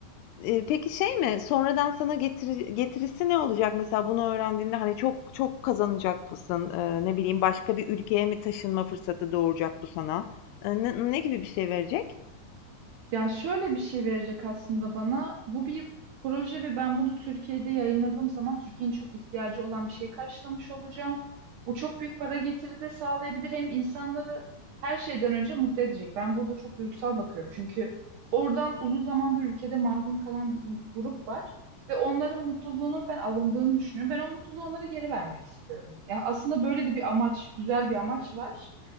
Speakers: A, on the left (about 80°); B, on the right (about 70°).
A: eee, peki şey mi, sonradan sana getiri getirisi ne olacak mesela bunu öğrendiğinde? Hani çok çok kazanacak mısın? Eee, ne bileyim başka bir ülkeye mi taşınma fırsatı doğuracak bu sana? Eee, ne ne gibi bir şey verecek?
B: Ya şöyle bir şey verecek aslında bana. Bu bir proje ve ben bunu Türkiye'de yayınladığım zaman Türkiye'nin çok ihtiyacı olan bir şey karşılamış olacağım. Bu çok büyük para getiri de sağlayabilir. Hem insanları her şeyden önce mutlu edecek. Ben burada çok duygusal bakıyorum. Çünkü oradan uzun zamandır ülkede mahrum kalan bir in- grup var. Ve onların mutluluğunun ben alındığını düşünüyorum. Ben o mutluluğu onlara geri vermek istiyorum. Ya aslında böyle de bir amaç, güzel bir amaç var.